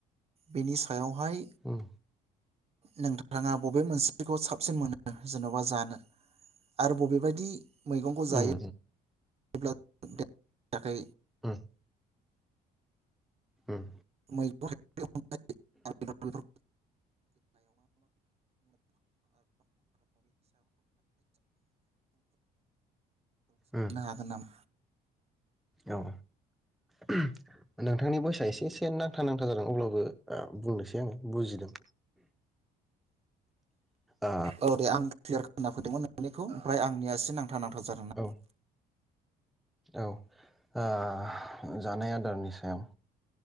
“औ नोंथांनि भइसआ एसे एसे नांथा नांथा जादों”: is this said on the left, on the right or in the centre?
Centre